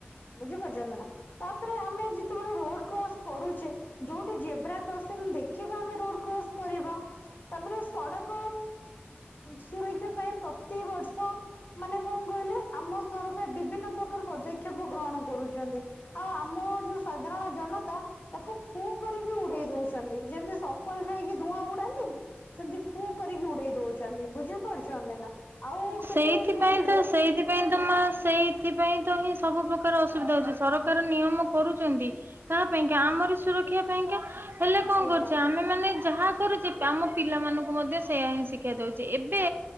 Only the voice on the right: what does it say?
ସେଇଥିପାଇଁ
ତ ସେଇଥିପାଇଁ ତ ମା ସେଇଥିପାଇଁ ତ ହିଁ ସବୁ ପ୍ରକାର ଅସୁବିଧା। ସରକାର ନିୟମ କରୁଛନ୍ତି କାହା ପାଇଁକା ଆମର ସୁରକ୍ଷା ପାଇଁକା। ହେଲେ କଣ
କରୁଛେ ଆମେ ମାନେ ଯାହା କରୁଛି ଆମ ପିଲାମାନଙ୍କୁ ମଧ୍ୟ ସେଇୟା ହିଁ ଶିକ୍ଷା ଦଉଛି ଏବେ